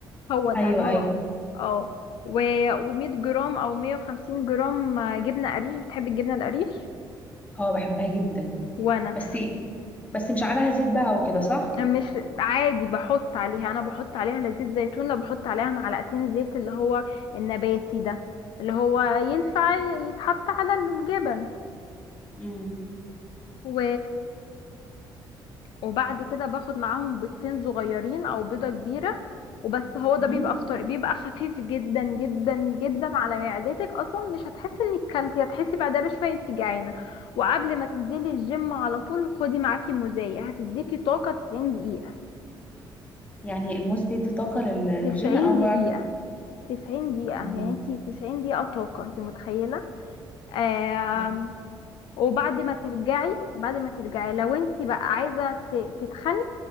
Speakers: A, on the left; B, on the left.
A: هو ده
B: ايوه
A: اللي هو
B: ايوه
A: اه و و100 جرام او 150 جرام آه، جبنه قريش بتحبي الجبنه القريش
B: اه بحبها جدا
A: وانا
B: بس بس مش عليها زيت بقى وكده صح
A: مش عادي بحط عليها انا بحط عليها لا زيت زيتون لا بحط عليها معلقتين زيت اللي هو النباتي ده اللي هو ينفع يتحط على الجبن
B: مم.
A: و... وبعد كده باخد معاهم بيضتين صغيرين او بيضة كبيرة وبس هو ده
B: مم.
A: بيبقى فطار بيبقى خفيف جدا جدا جدا على معدتك اصلا مش هتحسي انك كلتي هتحسي بعدها بشويه انت جعانه وقبل ما تنزلي الجيم على طول خدي معاكي مزايا هتديكي طاقه 90 دقيقه
B: يعني الموز بيدي طاقه لل- للجيم
A: 90
B: انا اول
A: دقيقه
B: مره اعرف معلومة.
A: 90 دقيقة
B: مم.
A: يعني انتي 90 دقيقة طاقة انتي متخيلة آم،
B: انا
A: وبعد ما ترجعي بعد ما ترجعي لو انتي بقى عايزة ت- تتخني